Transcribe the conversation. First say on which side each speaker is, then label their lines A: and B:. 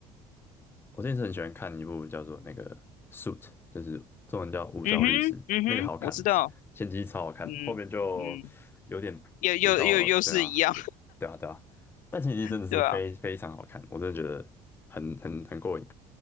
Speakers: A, on the left; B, on the left.
A: 我之前是很喜欢看一部叫做那个《Suit》，就是中文叫《无照律师》，
B: 嗯哼，嗯哼，
A: 那个好看，
B: 我知道，
A: 前几季超好看，
B: 嗯嗯，
A: 后面就有点肥皂，
B: 又又又又是一样，
A: 对啊，对啊，对啊，但前几季真的是非非常好看，
B: <laughs> 对啊，
A: 我真的觉得很很很过瘾，